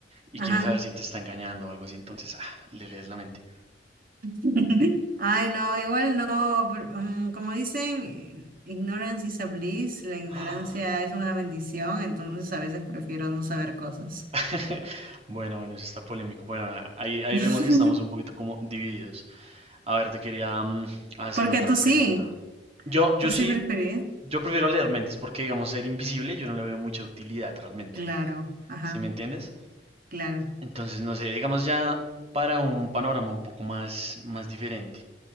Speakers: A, on the right; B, on the right.
A: y
B: Ajá.
A: quieres saber si te está engañando o algo así, entonces ah, le lees la mente.
B: <laughs> Ay, no, igual no. pero, mm, como dicen, ignorance is a bliss, la ignorancia
A: <gasps>
B: es una bendición, entonces a veces prefiero no saber cosas.
A: <laughs> Bueno, bueno, eso está polémico. Bueno, a- ahí, ahí
B: <laughs>
A: vemos que estamos un poquito como divididos. A ver, te quería mm, hacer
B: Porque
A: otra
B: tú
A: pregunta.
B: sí.
A: Yo, yo
B: ¿Tú sí
A: sí,
B: preferís?
A: yo prefiero leer mentes porque, digamos, ser invisible yo no le veo mucha utilidad realmente.
B: Claro, ajá,
A: ¿Sí me entiendes?
B: claro.
A: Entonces, no sé, digamos ya para un panorama un poco más, más diferente.